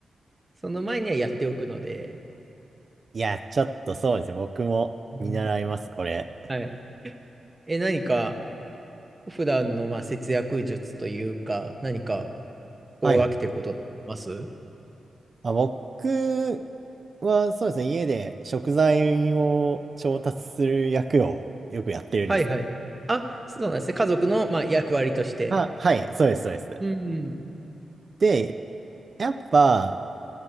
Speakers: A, on the right; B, on the right.
A: う、その前にはやっておくので。
B: いや、ちょっとそうですね、僕も見習います、
A: うん
B: これ。
A: はい。え、何か、普段のまあ節約術というか、何か心がけてることってあります
B: はいはいあ、僕はそうですね、家で食材を調達する役をよくやってるんです。
A: はいはい。あ、そうなんですね。家族のまあ役割として。
B: あ、はい、そうです、そうです。
A: うんうん。
B: で、やっぱ、